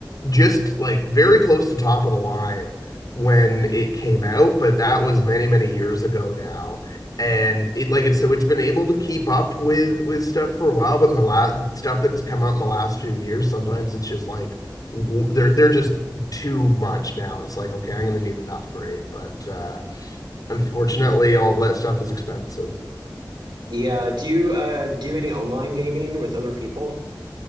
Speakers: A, on the left; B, on the right.
A: just like very close to top of the line when it came out, but that was many, many years ago now. And it like it's so it's been able to keep up with with stuff for a while, but in the last stuff that's come out in the last few years, sometimes it's just like they're they're just too much now, and it's like okay, I'm gonna need an upgrade. But uh, unfortunately, all that stuff is expensive.
B: Yeah, do you uh do any online gaming with other people?